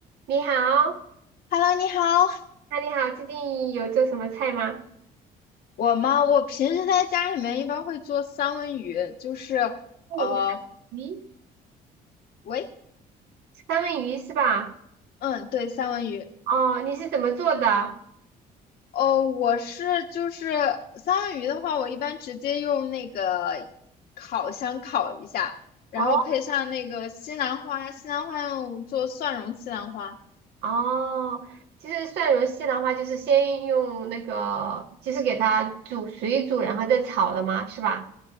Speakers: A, on the right (about 80°); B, on the left (about 65°).
A: 你好，
B: Hello，你好。
A: 那你好，最近有做什么菜吗？
B: 我吗？我平时在家里面一般会做三文鱼，就是呃，
A: 哦，鱼，
B: 喂，
A: 三文鱼是吧？
B: 嗯，对，三文鱼。
A: 哦，你是怎么做的？
B: 哦，我是就是三文鱼的话，我一般直接用那个烤箱烤一下，然后配上那个西兰花，
A: 哦
B: 西兰花用做蒜蓉西兰花，
A: 哦，就是蒜蓉蟹的话，就是先用那个，就是给它煮水煮，然后再炒的吗？是吧？